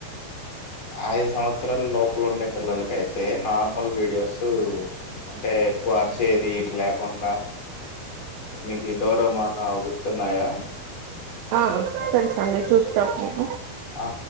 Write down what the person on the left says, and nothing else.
ఐదు సంవత్సరాలు లోపల ఉండే పిల్లలకయితే నార్ల్ వీడియోస్ అంటే ఎక్కువ చేదిట్లేకుడా మీకీ డోరమోన్ ఆ గుర్తుకున్నాయా
ఆ